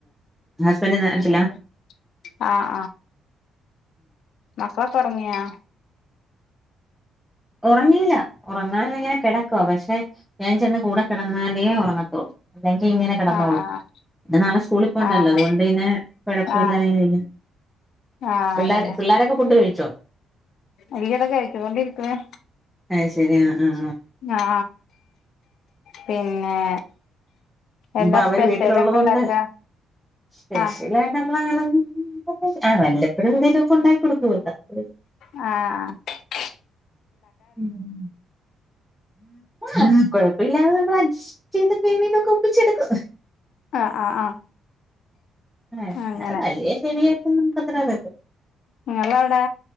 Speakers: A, in the centre; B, on the left.
A: ഹസ്ബന്റ് നാട്ടിലാ?
B: ഉം ആഹ് ക്കളൊക്കെറങ്ങിയാ
A: ഉറങ്ങീല്ല ഉറങ്ങാനിങ്ങനെ കിടക്കുവ പക്ഷെ ഞാൻ ചെന്ന് കൂടെ കെടന്നാലേ ഉറങ്ങത്തളൂ അല്ലെങ്കിൽ ഇങ്ങനെ കെടന്നോളൂ.
B: ആഹ്
A: ന്നാ നാളെ സ്കൂളിൽ പോണ്ടല്ലോ
B: ആഹ്
A: അതുകൊണ്ട്
B: ആഹ്
A: പിന്നെ കൊഴപ്പല്ലാതെ
B: ആഹ്
A: ഇങ്ങനെ ഇരിക്ക്ന്ന്
B: ആഹ്
A: പിള്ളേ
B: അതന്നെ
A: പിള്ളോരൊക്കെ ഫുഡ് കഴിച്ചോ?
B: അലികതാ കഴിച്ചുകൊണ്ടിരിക്ക്ണ്
A: അത് ശരി ആഹ് ആഹ്
B: ഞാ പിന്നെ
A: ഇപ്പൊ
B: എന്താ
A: അവര്
B: സ്പെഷ്യല്
A: വീട്ടിലുള്ളത്
B: ഒക്കെ
A: കൊണ്ട്
B: ഇണ്ടാക്ക
A: സ്പെഷ്യലായിട്ട്
B: ആഹ്
A: നമ്മളങ്ങനൊന്നും ആഹ് വല്ലപ്പോഴും എന്തേലും ഒക്കെ ഉണ്ടാക്കി കൊടുക്കും <unintelligible>
B: ആഹ് ആഹ്
A: ഉം ഉം ഉം ആഹ് കൊഴപ്പമില്ലാതെ നമ്മൾ അഡ്ജസ്റ്റ് ചെയ്ത് കൊക്കെ ഒപ്പിച്ചെടുക്കും
B: ആഹ് ആഹ് ആഹ്
A: ഏ
B: അങ്ങനെ
A: വലിയ ചെവിയായിട്ടും നമ്ക്ക് അത്ര അറിയ
B: ങ്ങള്ള അവടെ